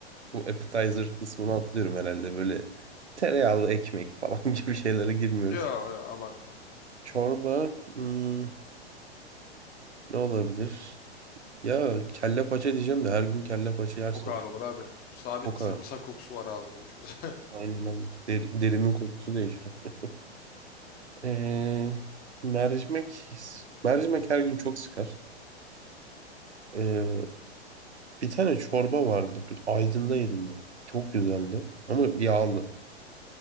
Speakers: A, on the right; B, on the left.
A: Bu appetizer
B: Hı hı.
A: kısmını atlıyorum herhalde. Böyle tereyağlı ekmek falan <laughs> gibi şeylere girmiyoruz.
B: Yo, yo, abartma.
A: Çorba hmm, ne olabilir? Ya kelle paça diyeceğim de her gün kelle paça yersin.
B: Çok ağır olur abi. Sabit
A: Kokar.
B: sarımsak kokusu var ağzında düşünsene.
A: Aynen aynen. Der- derimin kokusu değişir. <laughs> Ee, mercimek mercimek her gün çok sıkar. Ee, bir tane çorba vardı. Bir- Aydın'da yedim ben. Çok güzeldi. Ama yağlı.
B: <laughs>